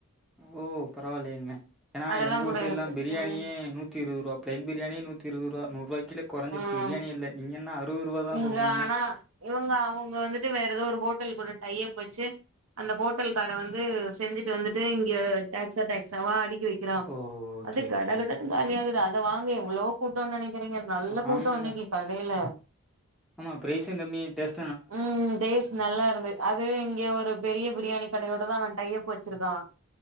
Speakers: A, in the centre; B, on the right (about 80°).
A: ஓ பரவாயில்லங்க ஏன்னா
B: அதெல்லா
A: எங்க
B: கூட
A: ஊர் சைட்லாம்
B: இருக்கு
A: பிரியாணியே
B: ம்
A: நூத்தி இருபது ரூபா பிளைன் பிரியாணியே நுத்திஇருபது ரூபா நுறு ரூபாய்க்கு கீழ குறைஞ்சு
B: ம்
A: பிரியாணியே இல்ல நீங்க என்ன அறுவது ரூவா தா
B: இங்க
A: சொல்றீங்க
B: ஆனா இவுங்க அவுங்க வந்துட்டு வேற ஏதோ ஒரு ஹோட்டல் கூட டையப் வச்சு அந்த ஹோட்டல கார வந்து செஞ்சுட்டு வந்துட்டு இங்க டெக்ஸா டெக்ஸாவா அடிக்கி வைக் க்கிரோ
A: ஓ ஓகே
B: அது கடகடன்னு
A: ஓகே ஓகே
B: காலியாகுது அத வாங்க எவ்ளோ கூட்டம்ன்னு நெனைக்கிறீங்க நல்ல
A: ஆ,
B: கூட்டம்
A: ஆமாங்க
B: இன்னைக்கு கடையில
A: ஆமா பிரரைஸும் கம்மி ஆயிட்டுடேஸ்
B: உம் டேஸ்ட் நல்லா இருந்த அது இங்க ஒரு பெரிய பிரியாணி கடையோட தான் அவன் டையப் வச்சிருக்கான்